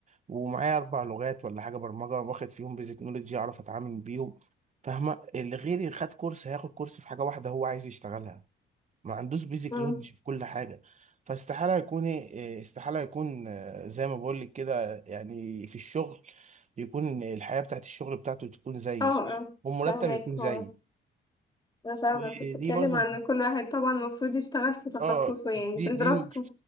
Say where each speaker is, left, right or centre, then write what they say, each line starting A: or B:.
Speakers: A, on the right; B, on the left.
A: ومعايا اربع لغات ولا حاجه برمجه واخد فيهم بيزك نولج اعرف اتعامل بيهم فاهمه اللي غيري خد كورس هياخد كورس في حاجه واحده هو عايز يشتغلها ما عندوش بيزك
B: اه
A: نولج في كل حاجه فاستحاله يكون إيه، استحاله يكون آه، زي ما بقول لك كده يعني في الشغل يكون الحياه بتاعت الشغل بتاعته تكون زيي
B: اه
A: صح؟
B: اه
A: والمرتب
B: فاهمك
A: يكون زيي
B: اه. انا فاهمة
A: ودي
B: انت بتتكلم
A: برضو
B: عن إن كل واحد طبعا المفروض يشتغل في تخصصه
A: اه
B: يعني
A: دي
B: في
A: دي
B: دراسته